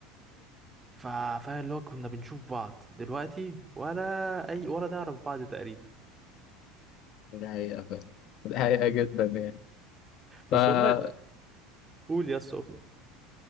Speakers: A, on the right (about 15°); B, on the left (about 55°).
A: فا- فاهم اللي هو كنا بنشوف بعض دلوقتي ولا اي ولا نعرف بعض تقريبا
B: دي حقيقة فعلا دي حقيقة جدا يعني فكم
A: بس والله قول يا اسطى